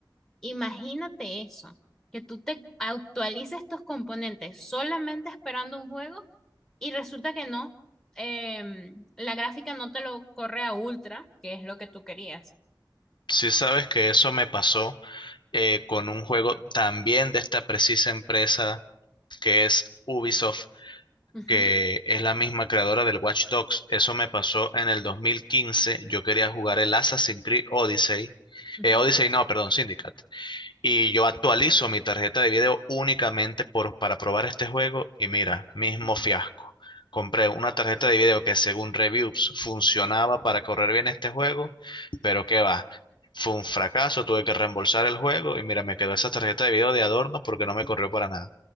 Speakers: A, in the centre; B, on the left (about 75°).
A: Imagínate eso, que tú te actualices tus componentes solamente esperando un juego y resulta que no, em, la gráfica no te lo corre a ultra, que es lo que tú querías.
B: Si sabes que eso me pasó eh, con un juego también de esta precisa empresa que es Ubisoft,
A: Ujú,
B: que es la misma creadora del Watch Dogs. Eso me pasó en el 2015. Yo quería jugar el Assassin's Creed Odyssey.
A: ujú.
B: Eh, Odyssey no, perdón, Syndicate. Y yo actualizo mi tarjeta de video únicamente por, para probar este juego y mira, mismo fiasco. Compré una tarjeta de video que según reviews funcionaba para correr bien este juego, pero qué va. Fue un fracaso, tuve que reembolsar el juego y mira, me quedó esa tarjeta de video de adorno porque no me corrió para nada.